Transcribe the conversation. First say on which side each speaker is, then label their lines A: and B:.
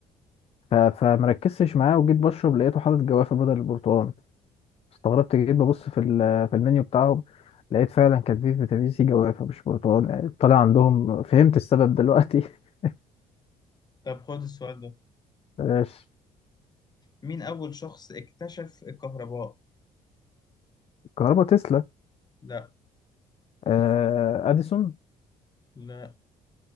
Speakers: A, on the left; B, on the left.
A: ف- فمركزتش معاه وجيت بشرب لقيته حاطط جوافة بدل البرتقال استغربت جيت ببص في ال- في المنيو بتاعهم لقيت فعلا كان فيه فيتامين سي جوافة مش برتقال يعني طالع عندهم فهمت السبب دلوقتي <laughs>
B: طب خد السؤال ده
A: بلاش
B: مين اول شخص اكتشف الكهرباء
A: كهربا تسلا
B: لا
A: آه اديسون
B: لا